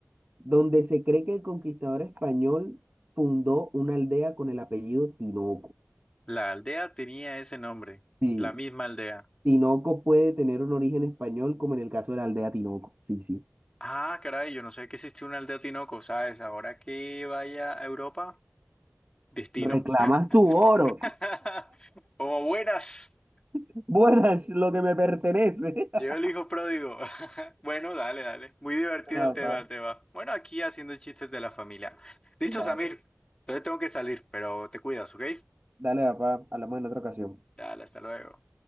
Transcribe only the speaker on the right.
donde se cree que el conquistador español fundó una aldea con el apellido Tinoco.
Sí,
Tinoco puede tener un origen español, como en el caso de la aldea Tinoco. Sí, sí.
Reclamas tu oro.
<laughs> Buenas, lo que me pertenece.
<laughs>
Bueno,
papá,
claro.
Dale, papá, hablamos en otra ocasión.